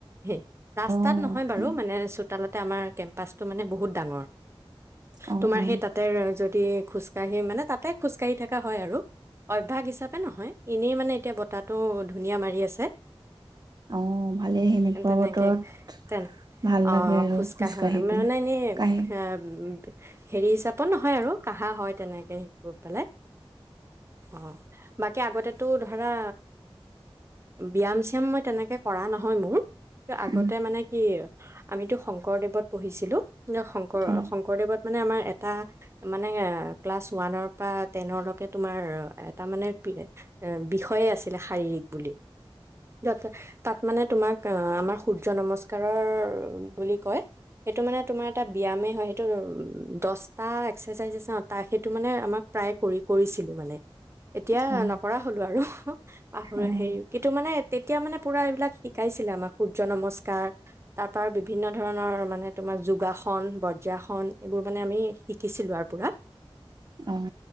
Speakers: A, on the right; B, on the right.
A: হেই ৰাস্তাত
B: অ
A: নহয় বাৰু
B: সেই
A: মানে চোতালতে আমাৰ কেম্পাচটো মানে বহুত ডাঙৰ
B: অ
A: তোমাৰ
B: অ
A: সেই তাতে যদি খোজকাঢ়ি মানে তাতে খোজকাঢ়ি থকা হয় আৰু অভ্যাস হিচাপে নহয়, এনেই মানে এতিয়া বতাহটো ধুনীয়া মাৰি আছে।
B: অ ভালেই সেনেকুৱা
A: তেনেকে
B: বতৰত
A: তেনে
B: ভাল
A: অ
B: লাগে আৰু
A: খোজকাঢ়ে
B: খোজ কাঢ়ি
A: মানে
B: পেলাই।
A: এনেই
B: কাঢ়ি
A: হম হেৰি হিচাপত নহয় আৰু কাহা হয় তেনেকে হেৰি কৰি পেলাই। অ বাকী আগতেতো ধৰা ব্যায়াম-চিয়াম মই তেনেকৈ কৰা নহয় মোৰ। আগতে
B: উম
A: মানে কি আমিতো শংকৰদেৱত পঢ়িছিলো। ন শংকৰ
B: অ
A: শং স্কুলত মানে আমাৰ এটা মানে ক্লাছ ওৱানৰ পৰা টেনৰ লৈকে তোমাৰ তাৰ মানে পি এ এ বিষ ষয়ে আছিলে শাৰীৰিক বুলি। তাতে, তাত মানে তোমাক অ আমাৰ সূৰ্য্য নমস্ক কাৰৰ বুলি কয়। সেইটো মানে তোমাৰ এটা ব্যয়ামে হয়। <inaudible> দহটা এক এক্সাৰচাইজ আছে অ তাই সেইটো মানে আমাক প্ৰায় কৰি কৰিছিলো মানে। এতিয়া
B: অ অ
A: নকৰা হলোঁ আৰু পাহৰা
B: অ
A: হেৰি কিন্তু মানে তেতিয়া মানে পুৰা এইবিলাক শিকাইছিলে আমাক সূৰ্য নমস্কাৰ, তাৰ পৰা বিভিন্ন ধৰণৰ মানে তোমাক যোগাসন, ব বজ্ৰাসন এইবোৰ মানে আমি শিকিছিলোঁ আৰু পুৰা
B: অহ